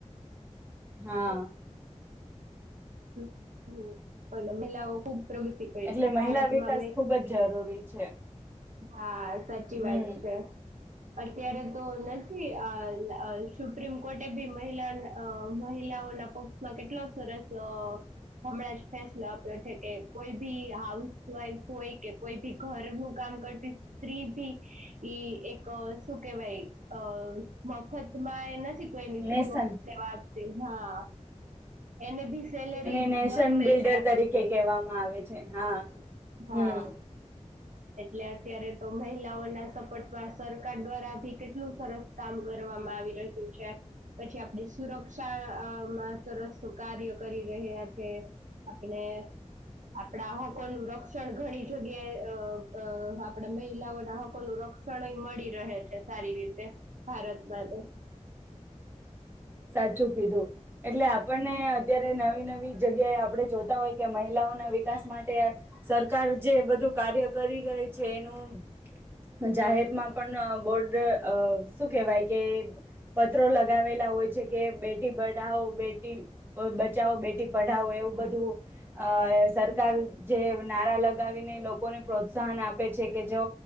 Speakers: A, on the right (about 20°); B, on the right (about 85°).
A: હા.
B: <unintelligible> અને મહિલાઓ ખુબ પ્રગતિ કરી
A: એટલે
B: છે ભારતમાં
A: મહિલા વિકાસ
B: અ
A: ખુબ જ જરૂરી છે
B: હા સાચી
A: હમ
B: વાત છે. અત્યારે તો નથી આ સુપ્રીમ કોર્ટે બી મહિલા અ મહિલાઓના પક્ષમાં કેટલો સરસ હમણાં જ ફેસલો આપ્યો છે કે કોઈ બી હાઉસવાઈફ હોય કે કોઈ ભી ઘરનું કામ કરતી સ્ત્રી ભી, ઈ એક શું કેહેવાય અ મફતમાં એ નથી કોઈ ફ્રીઓફ
A: નેશન
B: સેવા આપતી હાન, એને ભ સેલેરી
A: એને નેશન
B: દર મહિને
A: બિલ્ડર
B: આપવી
A: તરીકે
B: જોઈ,
A: કહેવામાં આવે છે હા
B: હા.
A: હમ
B: એટલે અત્યારે તો મહિલાઓના સપોર્ટમાં સરકાર દ્વારા ભી કેટલું સરસ કામ કરવામાં આવી રહ્યું છે. પછી આપડી સુરક્ષામાં સરસ કાર્ય કરી રહ્યા છે. આપણે, આપણા હકો નું રક્ષણ ઘણી જગ્યાએ અ અ આપડા મહિલાઓના હકો નું રક્ષણ મળી રહે છે સારી રીતે. ભારતમાં તો.
A: સાચું કીધું, એટલે આપને અત્યારે નવી નવી જગ્યાએ આપણે જોતા હોય કે મહિલાઓના વિકાસ માટે, સરકાર જે બધું કાર્ય કરી રય છે એનું જાહેરમાં પણ બોર્ડ અ શું કેહેવાય કે પત્રો લગાવેલા હોય કે બેટી બના બેટી બચો બેટી પઢાવો એવું બધું, સરકાર જે નારા લગાવીને લોકોને પ્રોત્સાહન આપે છે કે જે,